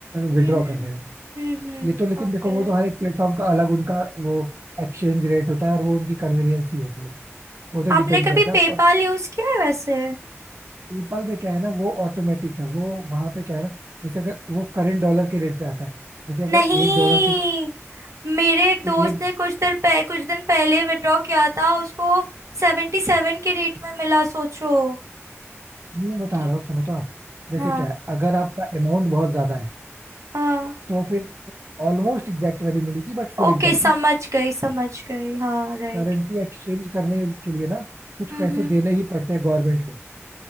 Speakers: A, on the right; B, on the right.
A: विड्रॉ
B: हम्म
A: कर रहे हो
B: हम्म
A: ये तो लेकिन
B: ओके
A: देखो वो तो हर एक प्लेटफॉर्म का अलग उनका वो एक्सचेंज रेट होता है और वो उनकी कन्वीनियंस ही होती है वो तो
B: आपने
A: डिपेंड
B: कभी
A: करता
B: पेपाल
A: है
B: यूज किया है वैसे
A: पेपाल में क्या है ना वो ऑटोमेटिक है वो वहां पे क्या है ना जैसे अगर वो करेंट डॉलर के रेट पे आता है जैसे अगर
B: नहीं
A: एक डॉलर के
B: मेरे एक दोस्त
A: एक
B: ने कुछ देर पह, कुछ दिन पहले विड्रॉ किया था उसको सेवेंटी सेवन के रेट में मिला सोचो
A: मैं बता
B: कि-
A: रहा हूँ सुनो तो आप जैसे
B: हाँ
A: क्या है अगर आपका अमाउंट बहुत ज्यादा है
B: हाँ
A: तो फिर ऑलमोस्ट एग्जैक्ट वैल्यू मिलेगी but full
B: ओके
A: exact
B: समझ गई समझ गई हाँ right
A: currency exchange करने के लिए ना कुछ
B: Hmm
A: पैसे देने ही पड़ते हैं गवर्नमेंट को